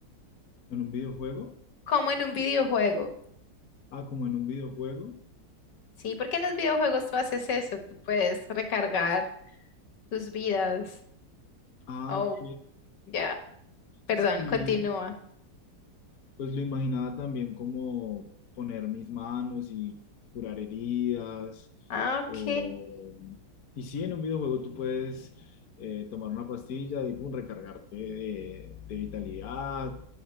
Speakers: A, on the left; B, on the left.
A: en un videojuego.
B: Como en un videojuego.
A: Ah, como en un videojuego.
B: Sí, porque en los videojuegos tú haces eso, tú puedes recargar tus vidas.
A: Ah,
B: Oh,
A: ok.
B: ya. Perdón,
A: Sí,
B: continúa.
A: pues lo imaginaba también como poner mis manos y curar heridas.
B: Ah, ok.
A: O... Y sí, en un videojuego tú puedes eh, tomar una pastilla y pum, recargarte de, de vitalidad